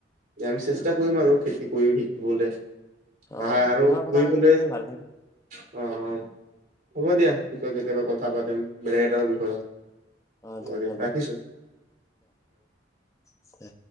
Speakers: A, on the right; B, on the left.
A: আমি চেষ্টা কৰিম আৰু খেতি কৰি শিকিবলে। পাহাই
B: অ
A: আৰু
B: তোমাৰ
A: ফুৰিবলে
B: কথা শুনি
A: অ,
B: ভাল লাগিল
A: অ, হ'ব দিয়া পিছত কেতিয়াবা কথা
B: হ'ব
A: পাতিম বেলেগ এটা বিষয়ত।
B: হয় অ
A: হব
B: ধন্যবাদ
A: দে ৰাখিছো।
B: হ'ব দে।